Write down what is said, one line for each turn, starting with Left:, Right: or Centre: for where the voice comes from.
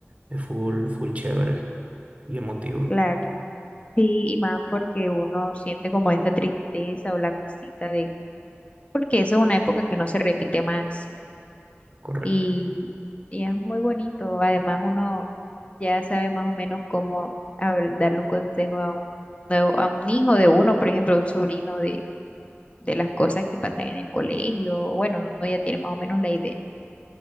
Right: es full, full chévere y emotivo,
Left: claro. Sí, y más porque uno siente como esa tristeza o la cosita de, porque eso es una época que no se repite más.
Right: correcto.
Left: y, y es muy bonito. Además, uno ya sabe más o menos cómo habl- darle un consejo a un, nuevo- a un hijo de uno, por ejemplo, a un sobrino de, de las cosas que pasan en el colegio. Bueno, uno ya tiene más o menos la idea.